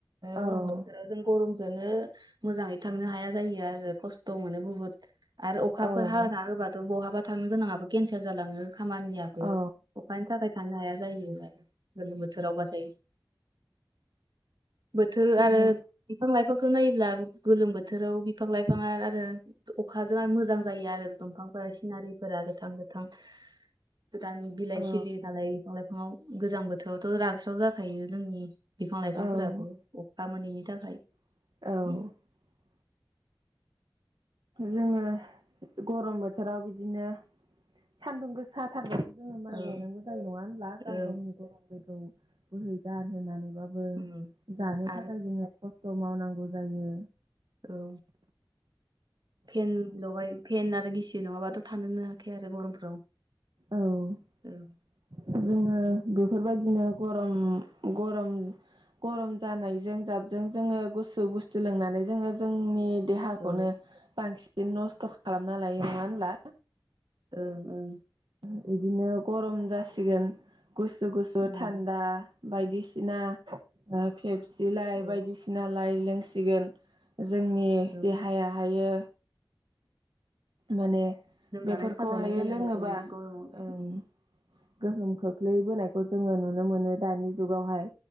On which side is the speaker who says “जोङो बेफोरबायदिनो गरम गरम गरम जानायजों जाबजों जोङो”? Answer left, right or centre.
Right